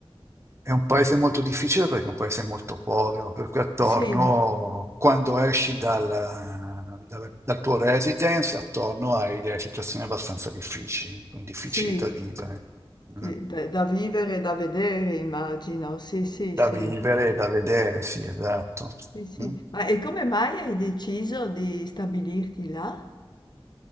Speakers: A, on the right; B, on the left.
A: È un paese molto difficile perché è un paese molto povero, per cui attorno,
B: Sì,
A: quando esci dal, dal- dal tuo residence, attorno hai delle situazioni abbastanza difficili, difficili
B: sì,
A: da vivere.
B: ti-
A: Mm.
B: da, da vivere, da vedere, immagino. Sì, sì,
A: Da
B: sì.
A: vivere e da vedere, sì, esatto.
B: Sì, sì.
A: Mm.
B: Ma e come mai hai deciso di stabilirti là?